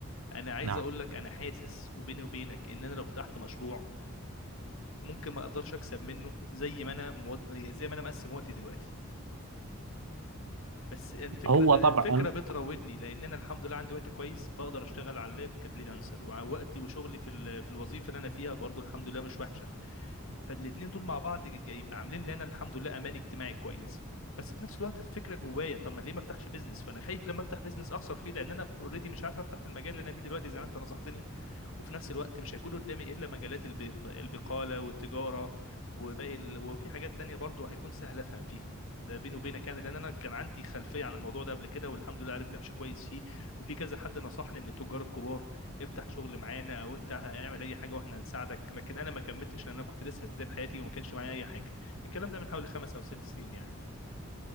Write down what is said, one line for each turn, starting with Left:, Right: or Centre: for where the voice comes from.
Left: انا عايز
Right: نعم
Left: اقول لك انا حاسس وبيني وبينك ان انا لو فتحت مشروع ممكن ما اقدرش اكسب منه زي ما انا مود... يعني زي ما انا مقسم وقتي دلوقتي بس الفكره
Right: هو
Left: ب... الفكره
Right: طبعا
Left: بتراودني لان انا الحمد لله عندي وقت كويس بقدر اشتغل على اللاب كفريلانسر ووقتي وشغلي في ال... في الوظيفه اللي انا فيها برضو الحمد لله مش وحشه فالاتنين دول مع بعض جايب عاملين لي انا الحمد لله امان اجتماعي كويس بس في نفس الوقت الفكره جوايا طب ما ليه ما افتحش بيزنس فانا خايف لما افتح بيزنس اخسر فيه لان انا اوريدي مش عارف افتح في المجال اللي انا فيه دلوقتي زي ما انت نصحتني وفي نفس الوقت مش هيكون قدامي الا مجالات الب- البقاله والتجاره وباقي ال... وفي حاجات تانية برضو هيكون سهل افهم فيها ده بيني وبينك يعني لان انا كان عندي خلفيه عن الموضوع ده قبل كده والحمد لله عرفت امشي كويس فيه وفي كذا حد نصحني من التجار الكبار افتح شغل معانا او انت اعمل اي حاجه واحنا هنساعدك لكن انا ما كملتش لان انا كنت لسه في بدايه حياتي وما كانش معايا اي حاجه الكلام ده من حوالي خمس او ست سنين يعني